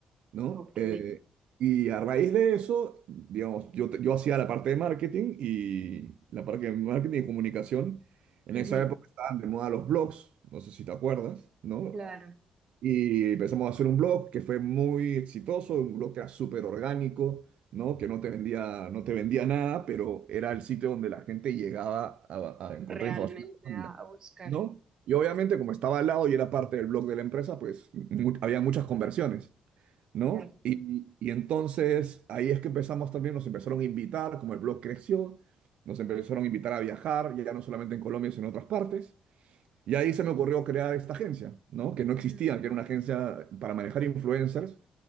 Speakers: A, on the right (about 65°); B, on the right (about 35°).
A: ¿no?
B: Ok.
A: Eh, y a raíz de eso, digamos, yo, te- yo hacía la parte de marketing y la parte de marketing y comunicación. En
B: Ujú,
A: esa época estaban de moda los blogs, no sé si te acuerdas, ¿no?
B: Claro.
A: Y empezamos a hacer un blog que fue muy exitoso, un blog que era súper orgánico, ¿no? Que no te vendía, no te vendía nada, pero era el sitio donde la gente llegaba a, a encontrar
B: Realmente
A: información de Colombia,
B: a, a buscar.
A: ¿no? Y obviamente, como estaba al lado y era parte del blog de la empresa, pues mu- había muchas conversiones, ¿no?
B: Claro.
A: Y, y entonces ahí es que empezamos también, nos empezaron a invitar, como el blog creció, nos empezaron a invitar a viajar, ya no solamente en Colombia, sino en otras partes. Y ahí se me ocurrió crear esta agencia, ¿no? Que no
B: Ujú.
A: existía, que era una agencia para manejar influencers,